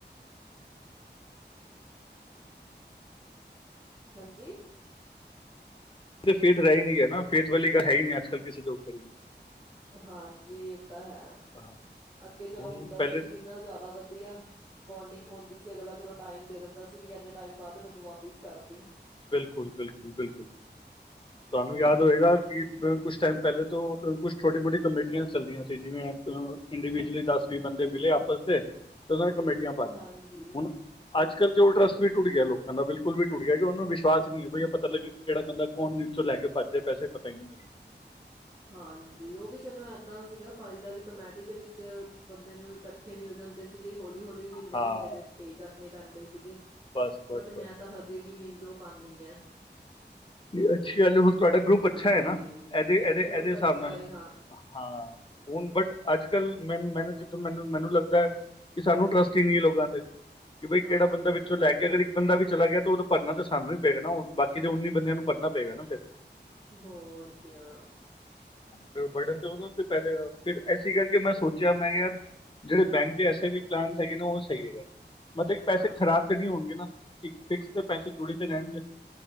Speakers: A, on the right; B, on the left.
A: ਹਾਂਜੀ
B: ਫੇਥ ਰਹਿ ਹੀ ਨਹੀਂ ਗਿਆ ਨਾ ਫੇਥ ਵਾਲੀ ਗੱਲ ਹੈ ਹੀ ਨਹੀਂ ਆੱਜ ਕੱਲ ਕਿਸੇ ਦੇ ਉੱਪਰ ਵੀ
A: ਹਾਂਜੀ ਹੈ
B: ਹਾਂ।
A: ਅੱਗੇ ਚਲੋ
B: ਹੁਣ
A: ਹੁੰਦਾ
B: ਪਹਿਲੇ
A: ਸੀ ਵੀ ਜਿਹਨਾ ਜ਼ਿਆਦਾ ਵਧੀਆ ਬੋਂਡਿੰਗ ਹੁੰਦੀ ਸੀ ਅਗਲਾ ਚਲੋ ਟਾਈਮ ਦੇ ਦਿੰਦਾ ਸੀ ਵੀ ਇੰਨੇ ਟਾਈਮ ਬਾਅਦ ਮੈਨੂੰ ਵਾਪਿਸ ਕਰਦੀ
B: ਬਿਲਕੁਲ ਬਿਲਕੁਲ ਬਿਲਕੁਲ ਤੁਹਾਨੂੰ ਯਾਦ ਹੋਏਗਾ ਕਿ ਕੁਛ ਟਾਈਮ ਪਹਿਲੇ ਤੋਂ ਕੁਛ ਛੋਟੀ ਮੋਟੀ ਕਮੇਟੀਆਂ ਚੱਲਦੀਆਂ ਸੀ ਜਿਵੇਂ ਇੰਡੀਵਿਜਲੀ ਦਸ ਵੀਹ ਬੰਦੇ ਮਿਲੇ ਆਪਸ ਤੇ ਉਹਨਾਂ ਨੇ ਕਮੇਟੀਆਂ ਪਾ
A: ਹਾਂਜੀ।
B: ਲਈਆਂ ਹੁਣ ਅੱਜ ਕੱਲ ਤੇ ਉਹ ਟਰਸੱਟ ਵੀ ਟੁੱਟ ਗਿਆ ਲੋਕਾਂ ਦਾ ਬਿਲਕੁਲ ਵੀ ਟੁਟ ਗਿਆ ਕਿ ਉਹਨ ਵਿਸ਼ਵਾਸ ਨਹੀਹੈ ਪਤਾ ਲੱਗੇ ਕਿਹੜਾ ਬੰਦਾ ਉਹਨ ਚੋਂ ਲੈ ਕੇ ਭੱਜ <unintelligible> ਪੈਸੇ ਪਤਾ ਨੀ ਲਗਾ
A: ਹਾਂਜੀ ਉਹ ਵੀ ਚਲੋ ਏਦਾਂ ਸੀਗਾ ਫਾਈ ਦਾ ਵੀ ਕਮੇਟੀ ਦੇ ਵਿੱਚ ਬੰਦੇ ਨੂੰ ਇਕੱਠੇ ਮਿਲ ਜਾਂਦੇ ਸੀ ਹੌਲੀ ਹੌਲੀ ਮਹੀਨੇ
B: ਹਾਂ
A: ਮਹੀਨੇ ਦੇ ਪੇ ਕਰਨੇ ਪੈਂਦੇ ਸੀਗੇ
B: ਬਸ ਬਸ
A: ਬਟ
B: ਬਸ
A: ਮੈਂ ਤਾਂ ਹਜੇ ਵੀ ਮ ਜੋ ਪਾਨੀ ਹੈ
B: ਜੇ ਅਤੇ <inaudible> ਤੁਹਾਡਾ ਗਰੁੱਪ ਅੱਛਾ
A: ਹਾਂਜੀ।
B: ਹੈ ਨਾ ਇਹਦੇ ਇਹਦੇ ਇਹਦੇ
A: ਗਰੁੱਪ
B: ਹਿਸਾਬ
A: ਅੱਛਾ
B: ਨਾਲ
A: ਏ
B: ਹਾਂ ਹੁਣ ਬਟ ਅੱਜ ਕੱਲ ਮੈਨ ਮੈਨ ਜਿੱਥੋਂ ਮੈਨੂੰ ਮੈਨੂੰ ਲੱਗਦਾ ਹੈ ਕੀ ਸਾਨੂੰ ਟਰੱਸਟ ਹੀ ਨਹੀਂ ਹੈ ਲੋਕਾਂ ਤੇ ਕਿ
A: ਹਾਂਜੀ-ਹਾਂਜੀ।
B: ਬਈ ਕਿਹੜਾ ਬੰਦਾ ਵਿੱਚੋਂ ਲੈ ਕੇ ਅਗਰ ਇੱਕ ਬੰਦਾ ਵੀ ਚਲਾ ਗਿਆ ਤੇ ਉਹਦੋਂ ਭਰਨਾ ਤਾਂ ਸਾਨੂੰ ਹੀ ਪੈ ਗਿਆ ਨਾ ਬਾਕੀ ਦੇ ਉੱਨੀ ਬੰਦਿਆਂ ਨੂੰ ਪੜ੍ਹਨਾ ਪਏਗਾ ਨਾ ਫਿਰ
A: ਹੋਰ ਕਿਆ
B: ਫ ਬਟਨ ਤੇ ਉਹ ਤੇ ਪੈ ਫਿਰ ਇਸੇ ਕਰਕੇ ਮੈਂ ਸੋਚਿਆ ਮੈਂ ਕਿਹਾ ਯਾਰ ਜਿਹੜੇ ਬੈਂਕ ਦੇ ਐਸੇ ਆਈ ਬੀ ਪਲਾਨ ਹੈਗੇ ਨੇ ਉਹ ਸਹੀ ਹੈਗਾ ਮਤਲਬ ਕਿ ਪੈਸੇ
A: ਹਾਂ
B: ਖਰਾਬ ਤੇ ਨੀ ਹੋਣਗੇ ਨਾ ਇਕ ਫਿਕਸ ਤੇ ਪੈਸੇ ਜੁੜੇ ਤੇ ਰਹਿਣਗੇ